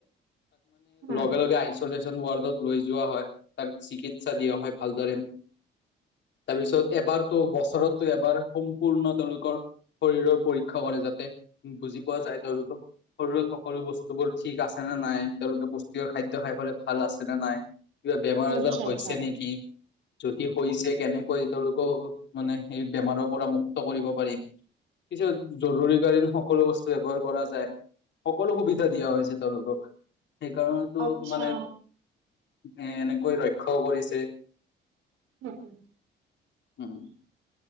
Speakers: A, on the right (about 90°); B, on the left (about 65°).
A: হম
B: <unintelligible> আইচলেচন ৱাৰডত লৈ যোৱা হয় তাক চিকিৎসা দিয়া হয় ভালদৰে তাৰপিছত এবাৰতো বছৰতো এবাৰ সম্পূৰ্ণ তেওঁলোকৰ শৰীৰৰ পৰীক্ষা কৰে যাতে বুজি পোৱা যায় তলোক শৰীৰত সকলো বস্তুবোৰ ঠিক আছে নাই তেওঁলোকে খ খাই পাই ভাল আছে নে নাই কিবা বেমাৰ
A: অ
B: আজাৰ
A: আচ্ছা
B: হৈছে
A: আচ্ছা
B: নেকি যদি হৈছে কেনেকৈ তেওঁলোকক মানে সেই বেমাৰৰ পৰা মুক্ত কৰিব পাৰি কিছু জৰুৰীকালীন সকলো বস্তু ব্যৱহাৰ কৰা যায় সকলো সুবিধা দিয়া হৈছে তেওঁলোকক সেইকাৰণে টো
A: আচ্ছা
B: মানে এ এনেকৈ ৰক্ষাও কৰিছে
A: উম উম
B: উম